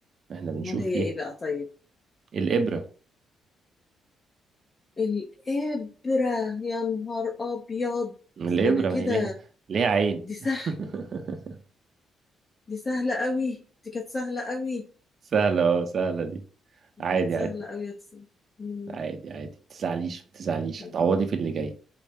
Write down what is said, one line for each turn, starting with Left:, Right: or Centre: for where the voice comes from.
Right: احنا بنشوف
Left: امال هي
Right: فيها
Left: ايه بقى طيب
Right: الإبرة
Left: الابره يا نهار ابيض
Right: الإبرة
Left: ده انا كده
Right: ما هي ليها ليها عين
Left: دي سهل
Right: <laughs>
Left: دي سهلة قوي دي كانت سهلة قوي
Right: سهلة اه سهلة دي
Left: دي
Right: عادي
Left: كانت سهلة
Right: عادي
Left: قوي اقسم مم.
Right: عادي عادي ما تزعليش ما تزعليش
Left: مم.
Right: هتعوضي في اللي جاي